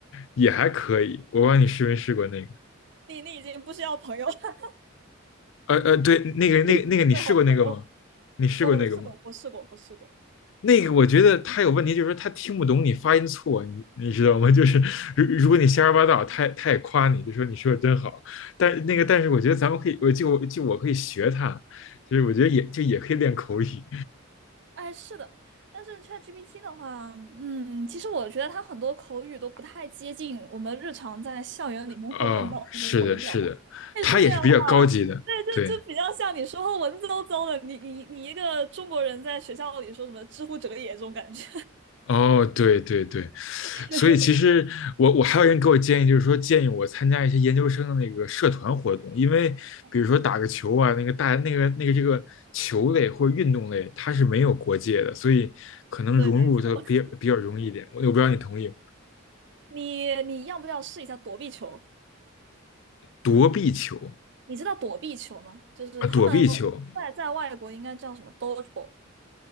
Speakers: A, on the left; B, on the right.
A: 也还可以。我不知道你试没试过那个，
B: 你你已经不需要朋友了，<laughs>
A: 呃呃，对，那个那个那个你试过那个吗？
B: 你是你最好的朋友。
A: 你试过那个吗？
B: 我我试过，我试过，我试过。
A: 那个我觉得他有问题，就是说他听不懂你发音错，你你知道吗？就是如如果你瞎说八道，他他也夸你，就说你说的真好。但那个，但是我觉得咱们可以，我就就我可以学他，就是我觉得也就也可以练口语。
B: 哎，是的，但是 ChatGPT 的话，嗯，其实我觉得它很多口语都不太接近我们日常在校园里面会用到的那种口语表达，
A: 哦，是的，是的，
B: 太书面化了。
A: 他也是比较高级的，
B: 对，
A: 对。
B: 就就比较像你说话文绉绉的，你你你一个中国人在学校里说什么“知乎者也”这种感觉。
A: 哦，对对对，
B: <laughs>
A: 所以其实我我还有人给我建议，就是说建议我参加一些研究生的那个社团活动，因为比如说打个球啊，
B: 啊
A: 那个大那个那个这个球类或者运动类，它是没有国界的，所以可能融入它比比较容易一点。
B: 对，没错。
A: 我我不知道你同意
B: 你你要不要试一下躲避球？
A: 躲避球
B: 你知道躲避球吗？就是他们
A: 啊，躲避球，
B: 在在外国应该叫什么 dodgeball。